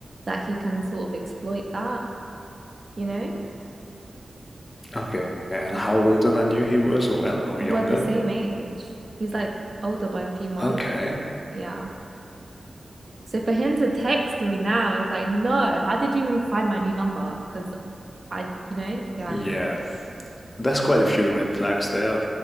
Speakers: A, on the right; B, on the left.
A: that he can sort of exploit that, you know?
B: Okay, and how older than you he was, or or
A: We're
B: younger?
A: the same age. He's like older by a few months.
B: Okay,
A: Yeah. So for him to text me now, it's like, no, how did you even find my new number? Because I, you know, yeah.
B: yeah, There's quite a few red flags there,